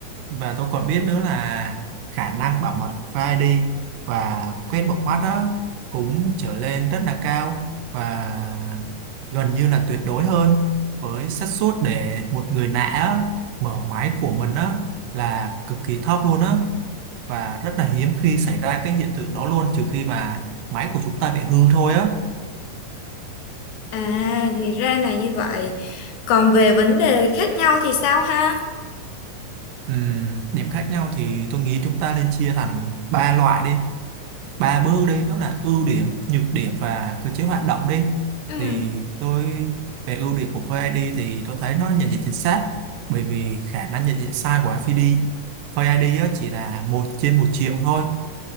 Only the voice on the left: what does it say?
À thì ra là như vậy. Còn về vấn đề khác nhau thì sao ha?
Ừ.